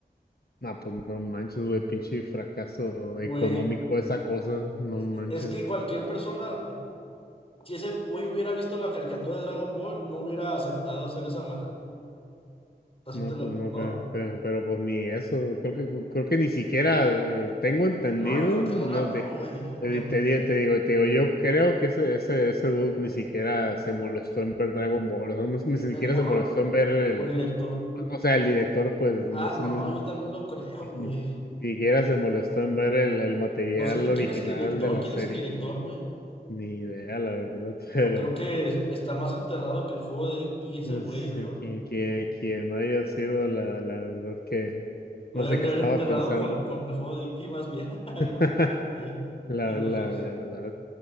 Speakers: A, on the left; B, on the left.
A: No, pues no manches, güey, pinche fracaso
B: Güey,
A: económico esa cosa, no
B: eh,
A: manches.
B: es que cualquier persona, si ese güey hubiera visto la caricatura de Dragon Ball, no hubiera aceptado hacer esa madre. Así
A: No,
B: te la...
A: pues no,
B: ¿No?
A: pero, pero, pero, pues ni eso. Creo que creo que ni siquiera eh, tengo entendido.
B: No, yo creo que
A: No,
B: no la vio,
A: de,
B: güey, obviamente.
A: te, te di- te digo, te digo, yo creo que ese, ese, ese dude ni siquiera se molestó en ver Dragon Ball. O sea, no- ni siquiera
B: ¿El morro
A: se molestó en ver el,
B: o el director?
A: o sea, el director, pues,
B: Ah,
A: no sé,
B: no,
A: no- ni,
B: yo también lo creo, güey.
A: ni siquiera se molestó en ver el, el material
B: No sé ni
A: original
B: quién es el director,
A: de la
B: quién
A: serie.
B: es el director, güey.
A: Ni idea, la verdad, <laughs> pero.
B: Yo creo que está más enterrado que el juego de E.T. ese
A: Pues,
B: güey, ¿no?
A: eh, Quien, quien, quien no haya sido, la, la verdad que
B: Lo
A: no
B: deben
A: sé
B: de
A: qué estaba
B: haber enterrado
A: pensando.
B: con, con el juego de E.T. más bien. <laughs> Ahí
A: <laughs>
B: los, ahí,
A: La,
B: a los
A: la
B: dos.
A: verdad.